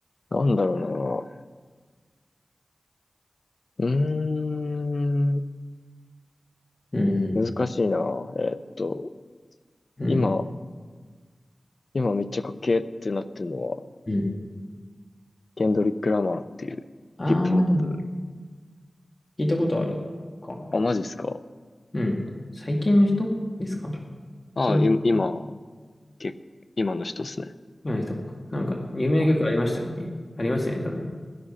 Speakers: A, on the left; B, on the left.
A: ー、なんだろうな。うーん、
B: うん
A: 難しいな。えーっと、
B: うん、
A: 今、
B: うん、
A: 今めっちゃかっけーってなってるのは、
B: うん。
A: ケンドリック・ラマーっていうヒップホップ。
B: ああ、でも聞いたことあるか。
A: あ、マジっすか
B: うん。最近の人ですか
A: ああ、
B: その
A: い、今、け、今の人っすね。
B: 前の人か。なんか、有名な曲ありましたっけありますよね、
A: はい。
B: 多分。